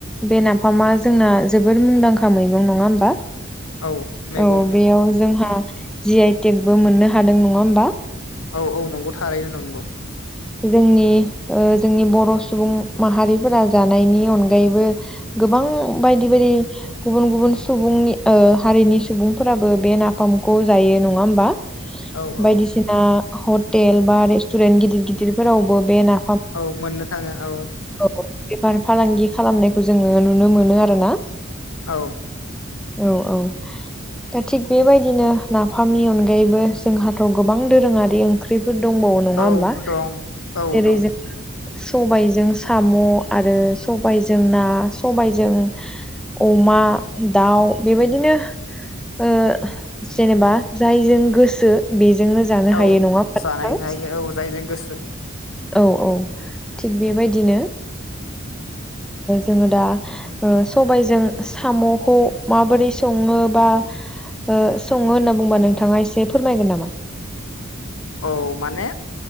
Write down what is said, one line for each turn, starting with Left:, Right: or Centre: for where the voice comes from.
Centre: बे नाफामा जोंना जोबद मुंदांखा मैगं नङा होमबा।
Left: औ मैगं
Centre: औ
Left: उम
Centre: बेयाव जोंहा जि आइ थेगबो मोननो हादों नङा होनबा।
Left: औ औ नंगौ थारैनो नंगौ।
Centre: जोंनि जोंनि बर' सुबुं माहारिफोरा जानायनि अनगायैबो गोबां बायदि बायदि। गुबुन गुबुन सुबुंनि हारिनि सुबुंफोराबो बे नाफामखौ जायो नङा होमबा।
Left: औ औ
Centre: बायदिसिना हटेल बा रेस्टुरेन्ट गिदिर गिदिरफोरावबो बेना
Left: औ मोननो थाङो औ।
Centre: औ बेफार फालांगि खालामनायखौ जोङो नुनो मोनो आरो ना।
Left: औ
Centre: औ औ। दा थिग बेबायदिनो नाफामनि अनगायैबो जोंहाथ' गोबां दोरोङारि ओंख्रिफोर दंबावो। नङा
Left: औ
Centre: होमबा?
Left: दं। औ
Centre: जेरै
Left: दं
Centre: जों सबायजों साम' आरो सबायजों ना सबायजों अमा दाउ बेबायदिनो ओ जेनेबा जायजों गोसो बेजोंनो जानो
Left: औ
Centre: हायो नङा होनबा
Left: जानाय
Centre: नोंथां।
Left: जायो औ जायजों गोसो
Centre: औ औ थिग बेबायदिनो जोङो दा ओ सबायजों साम'खौ माबोरै सङो बा ओ सङो होनना बुंबा नोंथाङा एसे फोरमायगोन नामा?
Left: औ माने